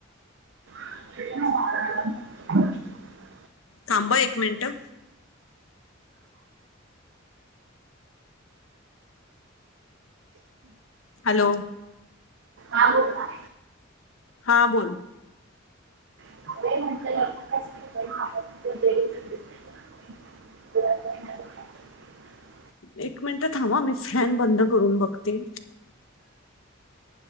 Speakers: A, on the right; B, on the left.
A: <inaudible>
B: थांब अं एक मिनिटं. हॅलो
A: हा बोला
B: हा बोल.
A: <inaudible>
B: एक मिनिट थांबा मी फॅन बंद करून बघते.